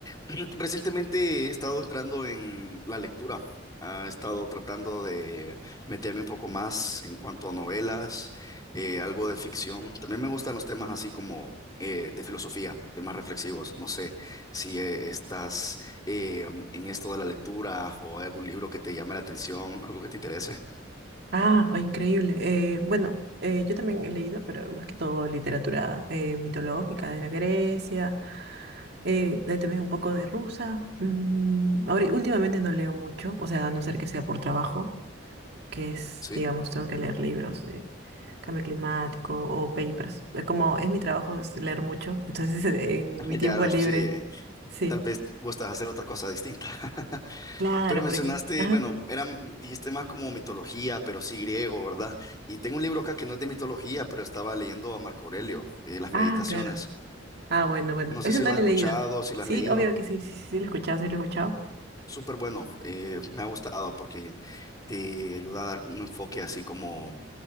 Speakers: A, on the left (about 20°); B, on the right (about 60°).
A: <clears throat> Recientemente he estado entrando en la lectura, he estado tratando de meterme un poco más en cuanto a novelas, eh, algo de ficción. También me gustan los temas así como eh, de filosofía, temas reflexivos. No sé si eh, estás eh, en esto de la lectura o hay algún libro que te llame la atención, algo que te interese,
B: Ah, oh, increíble. Eh, bueno, eh, yo también he leído, pero más que todo literatura eh, mitológica de la Grecia, eh, hay también un poco de rusa. Mm, ahora, últimamente no leo mucho, o sea, a no ser que sea por trabajo. que es,
A: ¿sí?
B: digamos, tengo que leer libros de cambio climático o papers. Eh, Como es mi trabajo es leer mucho, entonces <laughs> en mi tiempo
A: Ya,
B: libre,
A: sí,
B: sí,
A: tal vez vos te vas a hacer otra cosa distinta. <laughs>
B: claro,
A: Pero mencionaste,
B: porque, ajá,
A: bueno, era, dijiste más como mitología, pero sí griego, ¿verdad? Y tengo un libro acá que no es de mitología, pero estaba leyendo a Marco Aurelio, eh, Las
B: ah,
A: Meditaciones.
B: claro, ah, bueno, bueno,
A: No sé
B: ese
A: si
B: no
A: lo has
B: lo
A: escuchado,
B: he leído,
A: si lo
B: sí,
A: has leído.
B: obvio que sí, sí, sí, sí, lo he escuchado, sí, lo he escuchado.
A: Súper bueno, eh, me ha gustado porque te ayuda a dar un enfoque así como